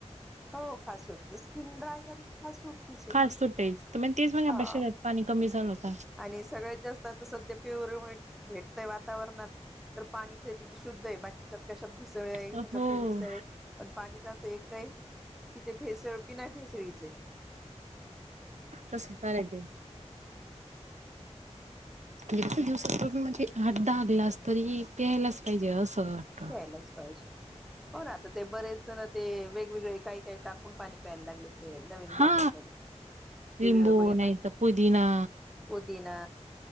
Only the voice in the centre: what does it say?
हो. खाज सुटते स्किन ड्राय झाली की आहे
हा.
आणि सगळ्यात जास्त आता सध्या भेटतय वातावरणात तर पाणीच शुद्ध आहे. बाकीच्यात कशात भिसळ ह्याच्यात
भिसळ पण पाणीच असं एक काय इथ भेसळ कि नाही, बिना भेसळीचे
घ्यायलाच पाहिजे. हो ना आता ते बरेच जण ते वेग वेगवेगळे काही काही टाकून पाणी प्यायला लागले, ते नवीन बॉटलमध्ये
टी
व्ही वर बघितन,
मग
पुदिना